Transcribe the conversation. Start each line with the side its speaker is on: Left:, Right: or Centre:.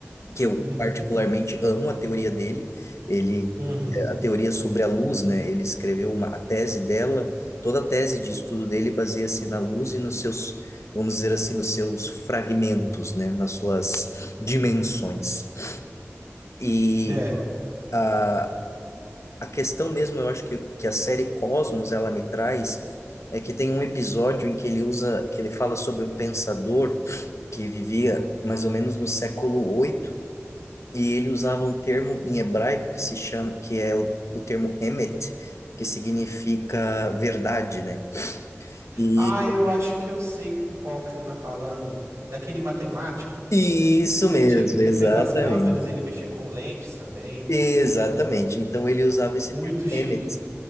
Left: que eu
Right: Uhum.
Left: particularmente amo a teoria dele. Ele,
Right: Uhum.
Left: é, a teoria sobre a luz, né? Ele escreveu uma, a tese dela, toda a tese de estudo dele baseia-se na luz e nos seus, vamos dizer assim, nos seus fragmentos, né? Nas suas dimensões. E
Right: É.
Left: a a questão mesmo, eu acho que, que a série Cosmos ela me traz é que tem um episódio em que ele usa, que ele fala sobre um pensador que vivia mais ou menos no século 8 e ele usava um termo em hebraico que se chama, que é o, o termo emet, que significa verdade, né? E
Right: Ah, eu acho que eu sei qual que você tá falando. Daquele matemático
Left: isso mesmo,
Right: que, tira, que
Left: exatamente.
Right: fez as câmeras, ele mexia com lentes também.
Left: Exatamente. Então ele usava
Right: Muito
Left: esse termo
Right: chique.
Left: emet